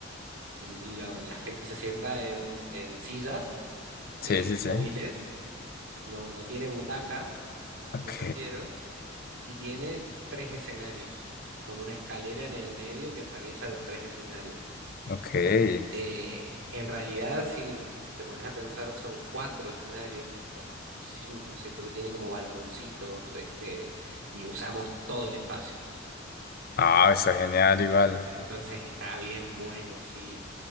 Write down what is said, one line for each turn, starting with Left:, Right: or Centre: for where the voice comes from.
Right: lo- la gente se sienta en, en sillas
Left: sí,
Right: eh,
Left: sí, sí.
Right: móviles, no, no tiene butacas, a eso
Left: Ok,
Right: me refiero, y tiene tres escenarios, con una escalera en el medio que atraviesa los tres escenarios.
Left: ok.
Right: Eh, en realidad, si, si te pones a pensar, son cuatro escenarios, o cinco, sí, porque tiene como balconcitos, este, y usamos todo el espacio.
Left: Ah, está genial, igual.
Right: Entonces está bien bueno, sí,